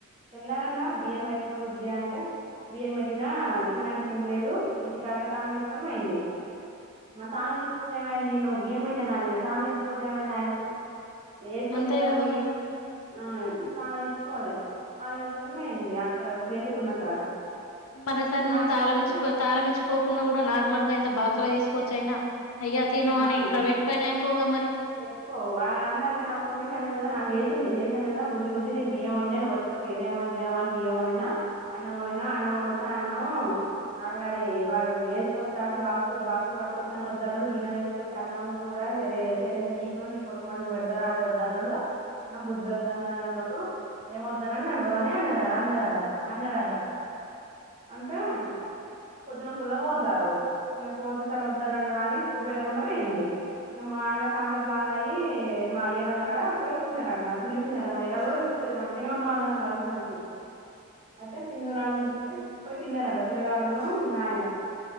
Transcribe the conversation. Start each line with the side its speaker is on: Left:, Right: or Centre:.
Right: తెళ్ళారన్న బియ్యం పెట్టిన బుజ్జి అంటే బియ్యం పెట్టినా తినంటే తినలేదు ఇంటికానే తానం వేసుకొని పోయింది మ తానంచ్చిపోతే ఏమైంది నువ్వు బియ్యం పోంది దాని మీద తానం ఇచ్చిపోతే ఏమైంది ఆయనకు వేసుకన్నింగా
Left: అంతే కదా
Right: పోయి
Left: మరి
Right: ఆ తాళం వేసుకోవాలి తాను వేసుకొని పోయింది అక్కడ ఒక రెంటుకున్న కాడ
Left: మరోసారి నువ్వు
Right: నాకు ఫోన్
Left: తాలమిచ్చి
Right: చేసి
Left: పో తాలమిచ్చి పోకుండా కుడా నార్మల్గా ఎంత బాక్స్ పోయి తీసుకొచైనా అయ్యా తిను
Right: ఆ
Left: అని ఇక్కడ పెట్టి పోయినా అయిపోగా మరి
Right: పెట్టుకో అంటే అందుక నాకు ఫోన్ చేసి అన్నది కదా నాకు చేసింది చేసా అన్నదా బుజ్జ బుజ్జి నే బియ్యం వండి అని వచ్చస్తారు ఏ టైం వేమో అని బియ్యం వండినా అన్నం వండి అన్నం వండితే అన్నం మాలాడి వాడు వసుకొ అంటే బాక్స్ బాక్సులు పట్టుకాంటే వద్దు అన్నాడు గిన్నెలు వేసుకోవచ్చు అన్నం కూర చరింత నీకున్నా నీ కొడుకు మంది పెడతార అంటే వద్దన్నాడు బుద్ధి వద్ా అన్నదని అన్నాడు ఏమ వద్దని అన్నాడు అని అన్న అన్నదట అన్నాడట అంటే పొద్దున్న కుళ్ళ పోతారు ఇంక పూతే సర వద్ద అన్నాడు కదా అని పెట్టకుండా పోయింది ఇగ మల్ల కాకలి బాగాయి మా యేరాలు కాడ పొయ్యి తిన్నరంట పిలిచిందట మా యేరాలు కూడా పిల్తది మంచిగనే ఉంటం అందరం కలిసి మెలిసి అయితే సింధూ రా అని పోయి తిన్నారంట పిల్లగాడున్ను ఆయనే